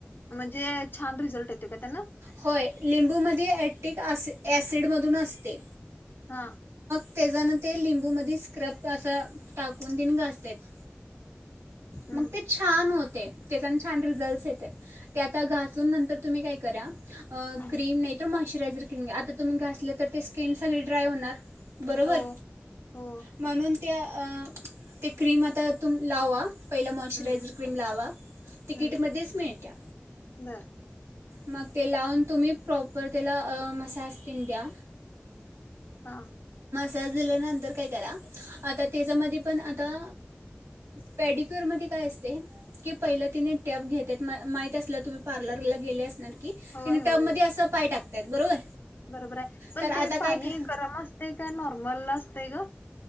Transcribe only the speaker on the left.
म्हणजे छान रिझल्ट येतो का त्यांना.
हा.
हम्म
हम्म
हो हो
हम्म
हम्म
बर
हा.
होय
होय
होय
बरोबर आहे पण
ते
पाणी
गरम असत का नॉर्मल असतय ग?